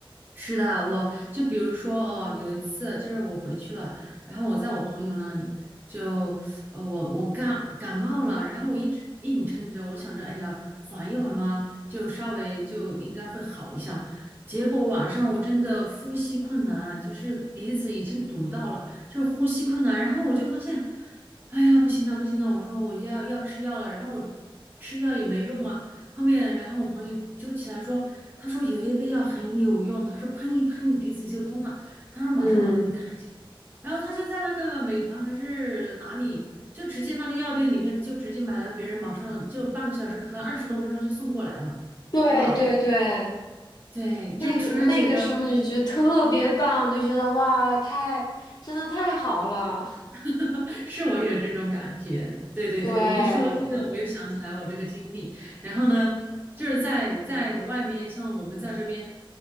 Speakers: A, on the right; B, on the left.
A: 是的，我就比如说哦，有一次就是我回去了，然后我在我朋友那里就，呃，我我感感冒了，然后我一直硬撑着，我想着，哎呀，缓一缓嘛，就稍微就应该会好一下。结果晚上我真的呼吸困难，就是鼻子已经堵到了，就是呼吸困难。然后我就发现，哎呀，不行了，不行了，我说我要要吃药了，然后我吃药也没用啊。后面，然后我朋友就起来说，他说有一个药很有用，他说喷一喷你鼻子就通了，他说马上我给你看一下，
B: 嗯，
A: 然后他就在那个美团还是哪里，就直接那个药店里面就直接买了，别人马上就半个小时，可能二十多分钟就送过来了，
B: 对对对，
A: 哇，对，
B: 那个那个时候就觉得特别棒，
A: 就突然觉得。
B: 就觉得哇，太真的太好了。
A: <laughs> 是我也有这种感觉。对对对，
B: 对
A: 你一说这个，我又想起来我这个经历。然后呢，就是在在外面，像我们在这边